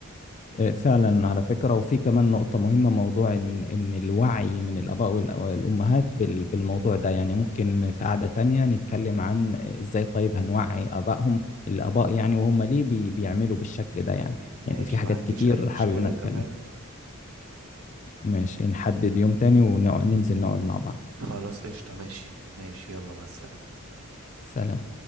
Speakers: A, on the left (about 35°); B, on the right (about 85°).
A: إيه فعلا على فكرة وفي كمان نقطة مهمة موضوع إن إن الوعي من الآباء والأ- والأمهات بال- بالموضوع ده يعني ممكن في قعدة تانية نتكلم عن إزاي طيب هنوعي آبائهم الآباء يعني وهم ليه بي بيعملوا بالشكل ده يعني
B: ماشي
A: يعني في حاجات
B: ما عنديش
A: كتير
B: اي مشكلة
A: حابب نتكلم
B: تمام
A: ماشي نحدد يوم تاني وننزل نقعد مع بعض
B: خلاص قشطة ماشي ماشي يلا مع السلامة
A: سلام